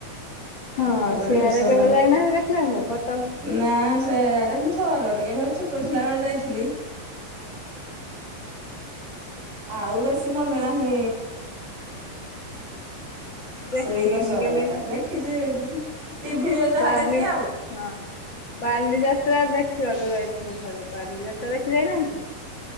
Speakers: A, on the left; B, on the right.
A: ହଁ
B: କଟକରେ
A: ସିଆଡେ
B: ଦଶହରା
A: କେବେ ଯାଇନାହାନ୍ତି ଦେଖିବାକୁ କଟକ?
B: ନା ସେ ଆଡେ ମୁଁ ଥରେ ଟିକେ ଛୋଟ ଥିଲା ବେଳେ ଯାଇଥିଲି।
A: ହୁଁ।
B: ଆଉ ବେଶୀ ମନେ ନାହିଁ।
A: ଦେଖିନି
B: ସେଇ ଦଶହରା
A: କେବେ?
B: କଥା ଦେଖିଛି ଟିଭିରେ ଯାହା
A: ବାଲି
B: ଦେଖେ ଆଉ
A: ହଁ ବାଲିଯାତ୍ରା ଦେଖିବାକୁ ଯାଇଥିଲି ଥରେ ବାଲିଯାତ୍ରା ଦେଖି ଯାଇନାହାନ୍ତି।